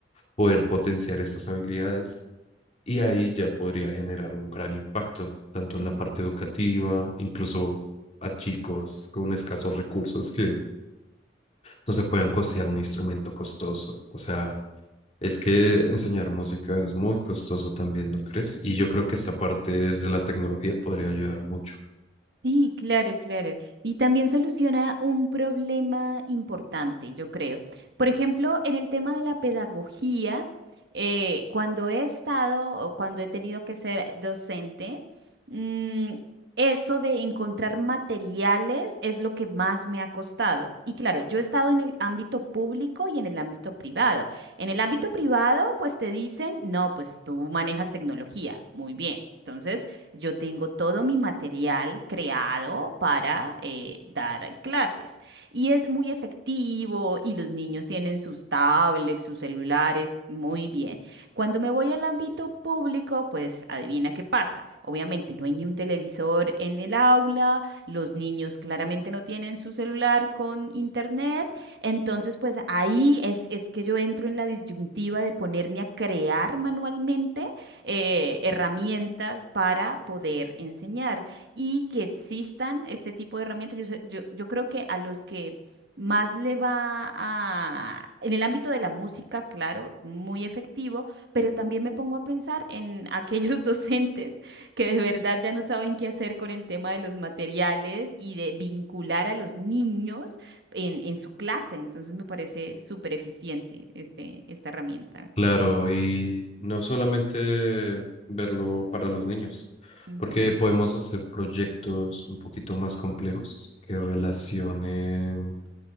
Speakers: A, on the left; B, on the right.
A: poder potenciar esas habilidades y ahí ya podría generar un gran impacto, tanto en
B: Ujú,
A: la parte educativa, incluso a chicos con escasos recursos que no se puedan costear un instrumento costoso. O sea, es que enseñar música es muy costoso también, ¿no crees? Y yo creo que esta parte de la tecnología podría ayudar mucho.
B: Sí, claro, claro. Y también soluciona un problema importante, yo creo. Por ejemplo, en el tema de la pedagogía, eh, cuando he estado o cuando he tenido que ser docente, mm, eso de encontrar materiales es lo que más me ha costado. Y claro, yo he estado en el ámbito público y en el ámbito privado. En el ámbito privado, pues te dicen, no, pues tú manejas tecnología, muy bien. Entonces... Yo tengo todo mi material creado para eh, dar clases y es muy efectivo y los niños tienen sus tablets, sus celulares, muy bien. Cuando me voy al ámbito público, pues adivina qué pasa. Obviamente no hay ni un televisor en el aula, los niños claramente no tienen su celular con internet, entonces pues ahí es, es que yo entro en la disyuntiva de ponerme a crear manualmente eh, herramientas para poder enseñar y que existan este tipo de herramientas. Yo, sé- yo, yo creo que a los que más le va a, en el ámbito de la música, claro, muy efectivo, pero también me pongo a pensar en aquellos <laughs> docentes que de verdad ya no saben qué hacer con el tema de los materiales y de vincular a los niños en, en su clase. Entonces me parece súper eficiente este, esta herramienta.
A: Claro, y no solamente verlo para los niños,
B: Ujú,
A: porque podemos hacer proyectos un poquito más complejos que relacionen
B: Sí.